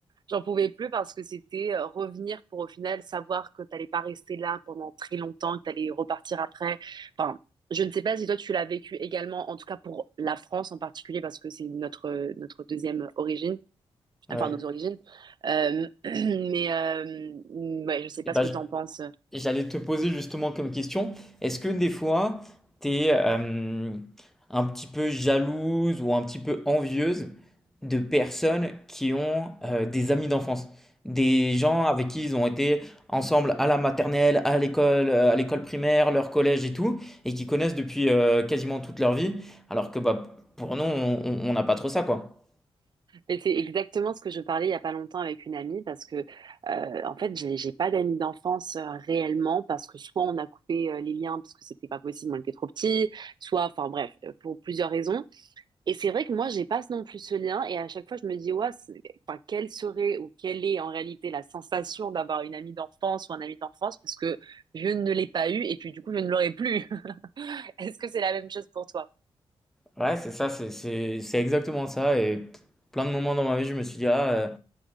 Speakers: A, on the right; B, in the centre.
A: J'en pouvais plus parce que c'était euh, revenir pour au final savoir que t'allais pas rester là pendant très longtemps, que t'allais repartir après. Enfin, je ne sais pas si toi tu l'as vécu également, en tout cas pour la France en particulier parce que c'est notre notre deuxième origine,
B: Ouais.
A: enfin nos origines. Euh, <clears throat> mais euh, ouais, je sais pas
B: Et
A: ce que t'en penses.
B: J'allais te poser justement comme question, est-ce que des fois, tu es un petit peu jalouse ou un petit peu envieuse de personnes qui ont euh, des amis d'enfance, des gens avec qui ils ont été ensemble à la maternelle, à l'école, euh, à l'école primaire, leur collège et tout, et qui connaissent depuis euh, quasiment toute leur vie, alors que bah, pour nous, on on- on n'a pas trop ça, quoi.
A: Mais c'est exactement ce que je parlais il y a pas longtemps avec une amie parce que euh, en fait j'ai j'ai pas d'amis d'enfance euh, réellement parce que soit on a coupé euh, les liens parce que c'était pas possible on était trop petits soit enfin bref euh, pour plusieurs raisons et c'est vrai que moi j'ai pas non plus ce lien et à chaque fois je me dis ouais c'est- enfin quelle serait ou quelle est en réalité la sensation d'avoir une amie d'enfance ou un ami d'enfance parce que je ne l'ai pas eu et puis du coup je ne l'aurai plus. <laughs> Est-ce que c'est la même chose pour toi?
B: Ouais, c'est ça, c'est c'est- c'est exactement ça. Et plein de moments dans ma vie, je me suis dit, ah, euh,